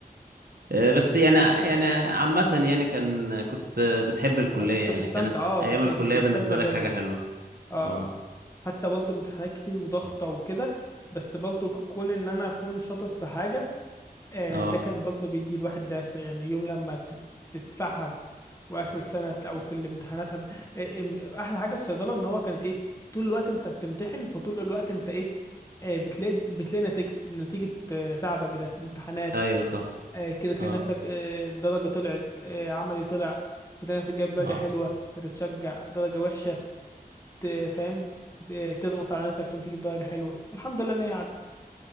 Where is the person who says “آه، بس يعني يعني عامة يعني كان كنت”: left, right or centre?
Right